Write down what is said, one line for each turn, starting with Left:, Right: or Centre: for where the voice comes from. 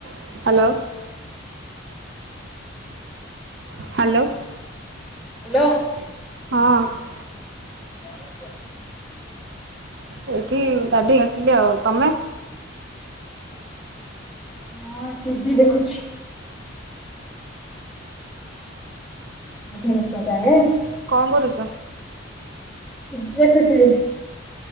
Right: <inaudible> <inaudible>
Centre: <inaudible>
Right: <inaudible>
Centre: <inaudible>
Right: <inaudible>
Centre: <inaudible> <inaudible>
Right: <inaudible>
Centre: <inaudible>